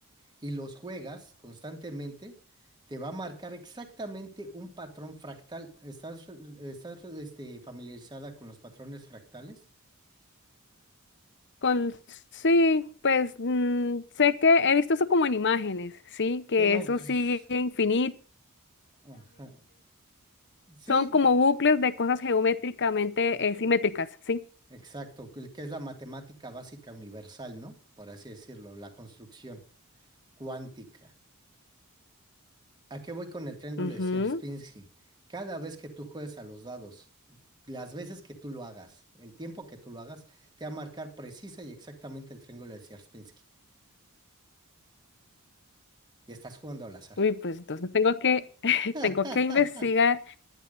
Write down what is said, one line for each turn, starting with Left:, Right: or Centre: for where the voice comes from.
Right: y los juegas constantemente, te va a marcar exactamente un patrón fractal. ¿Estás, estás este, familiarizada con los patrones fractales?
Left: Con, sí, pues mm, sé que he visto eso como en imágenes, sí, que
Right: Sí, no,
Left: eso
Right: pues,
Left: sigue infinitamente,
Right: ajá. Sí,
Left: son como bucles de cosas geométricamente eh, simétricas, sí.
Right: Exacto, que que es la matemática básica universal, ¿no? Por así decirlo, la construcción cuántica. ¿A qué voy con el triángulo
Left: Ujú.
Right: de Sierpinski? Cada vez que tú juegues a los dados, las veces que tú lo hagas, el tiempo que tú lo hagas, te va a marcar precisa y exactamente el triángulo de Sierpinski. Y estás jugando al azar.
Left: Uy, pues entonces tengo que, <laughs>
Right: <laughs>
Left: tengo que investigar.